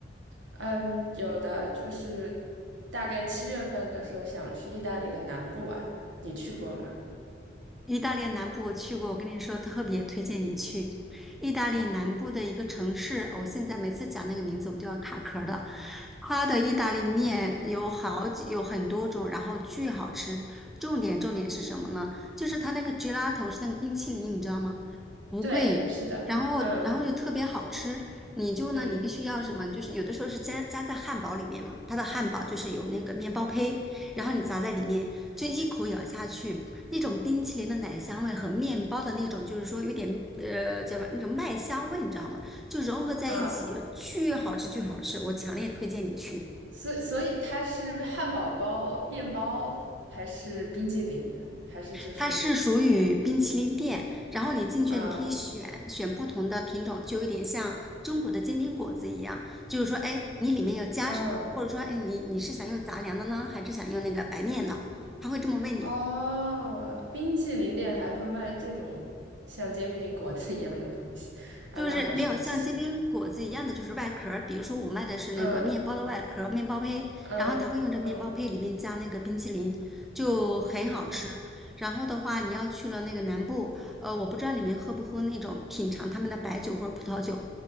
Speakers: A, on the right; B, in the centre.
A: 嗯，有的就是大概七月份的时候想去意大利的南部玩，你去过吗？
B: 意大利南部我去过，我跟你说，特别推荐你去意大利南部的一个城市。我现在每次讲那个名字，我都要卡壳儿的。它的意大利面有好几，有很多种，然后巨好吃。重点重点是什么呢？就是它那个 gelato 是那个冰淇淋，你知道吗？不贵，
A: 对，是的，
B: 然后然后就特别好吃。
A: 嗯
B: 你就呢，
A: 嗯
B: 你必须要什么？就是有的时候是加加在汉堡里面嘛，它的汉堡就是有那个面包胚，然后你砸在里面，就一口咬下去，那种冰淇淋的奶香味和面包的那种，就是说有点呃叫什么那种麦香味，你知道吗？就融合在一起，
A: 啊，
B: 巨好吃，巨好吃！我强烈推荐你去。
A: 所以所以它是汉堡包、面包还是冰激凌的？还是就是
B: 它是属于冰淇淋店，然后你进去，
A: 嗯
B: 你可以选选不同的品种，就有点像中国的煎饼果子一样，就是说，哎，你里面要加什么，
A: 嗯
B: 或者说，哎，你你是想用杂粮的呢，还是想用那个白面的？他会这么问你，
A: 哦，冰激凌店还会卖这种像煎饼果子一样的东西啊，
B: 就是没有像煎饼果子一样的，
A: 那好神奇。
B: 就是外壳儿。比如说，我卖的是那个面包的外壳儿，
A: 嗯
B: 面包胚，
A: 嗯嗯
B: 然后他会用这面包胚里面加那个冰淇淋，就很好吃。
A: 嗯，
B: 然后的话，你要去了那个南部，呃，我不知道你们喝不喝那种品尝他们的白酒或者葡萄酒，